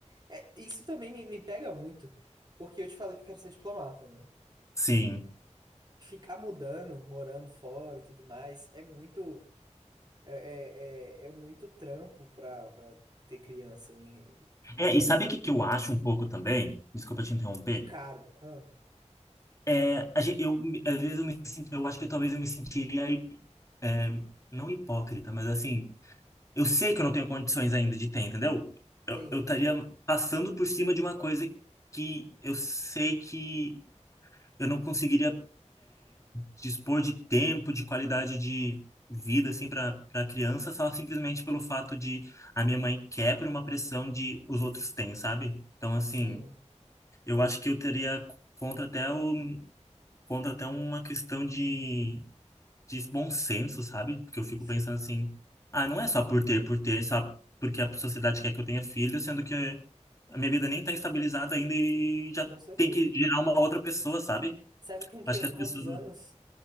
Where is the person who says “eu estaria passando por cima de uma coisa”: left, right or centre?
Left